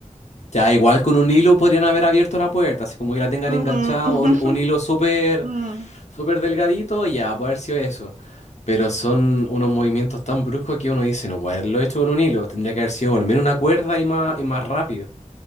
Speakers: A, on the left; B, on the right.
A: Ya, igual con un hilo podrían haber abierto la puerta, así como que la tengan
B: ujú,
A: enganchada,
B: <laughs>
A: un, un hilo súper
B: ujú.
A: súper delgadito, ya, puede haber sido eso. Pero son unos movimientos tan bruscos que uno dice, no puede haberlo hecho con un hilo, tendría que haber sido al menos una cuerda y más, y más rápido.